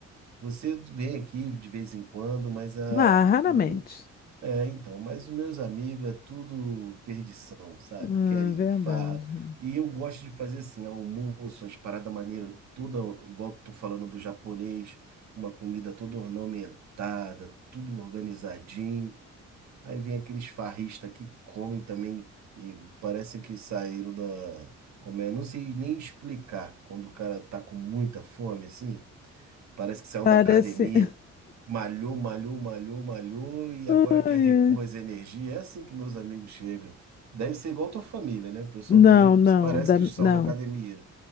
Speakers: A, on the right (about 65°); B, on the left (about 30°).
A: Você vem aqui de vez em quando, mas a,
B: Ah, raramente.
A: é, então, mas os meus amigos é tudo perdição, sabe?
B: Ah,
A: Querem
B: verdade.
A: farra. E eu gosto de fazer assim, almoço, umas paradas maneiras, toda igual que tô falando do japonês, uma comida toda ornamentada, tudo organizadinho. Aí vem aqueles farristas que comem também e parece que saíram da. Como é? Não sei nem explicar quando o cara tá com muita fome, assim. Parece que saiu
B: Parece.
A: da academia. Malhou, malhou, malhou, malhou e
B: <laughs>
A: agora quer
B: Ai,
A: repor
B: ai.
A: as energias. É assim que meus amigos chegam. Deve ser igual tua família, né? O pessoal
B: Não,
A: também
B: não,
A: parece
B: o da,
A: que saiu
B: não.
A: da academia.